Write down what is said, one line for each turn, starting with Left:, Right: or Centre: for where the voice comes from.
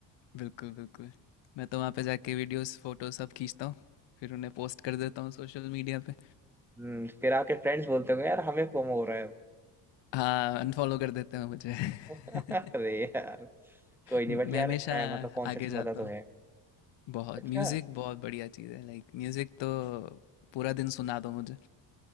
Left: बिल्कुल बिल्कुल मैं तो वहाँ पे जाके वीडियोस फोटो सब खींचता हूँ फिर उन्हें पोस्ट कर देता हूँ सोशल मीडिया पे
Centre: हम्म फिर आपके फ्रेंड्स बोलते होंगे यार हमें फोमो हो रहा है
Left: हाँ अनफॉलो कर देते हैं मुझे <laughs>
Centre: <laughs> अरे यार कोई नहीं
Left: मैं
Centre: बट यार
Left: हमेशा
Centre: है मतलब कॉन्सर्ट
Left: आगे
Centre: में
Left: जाता
Centre: मजा तो
Left: हूँ
Centre: है
Left: बहुत
Centre: अच्छा
Left: म्यूज़िक बहुत बढ़िया चीज़ है लाइक म्यूज़िक तो पूरा दिन सुना दो मुझे